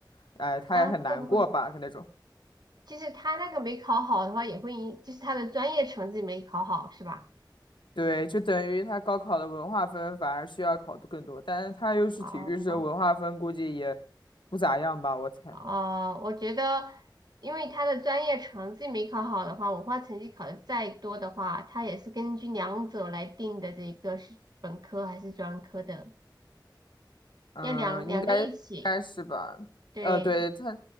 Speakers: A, on the left; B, on the right.
A: 哎，他也很难过吧，
B: 那会不会
A: 那种。
B: 就是他那个没考好的话，也会影，就是他的专业成绩没考好，是吧？
A: 对，就等于他高考的文化分反而需要考的更多，但是他又是体育生，
B: 哦，
A: 文化分估计也不咋样吧，我猜。
B: 哦，我觉得，因为他的专业成绩没考好的话，文化成绩考的再多的话，他也是根据两者来定的，这个是本科还是专科的，
A: 嗯，
B: 要两两个一起。
A: 应该应该是吧。
B: 对，
A: 呃，对，他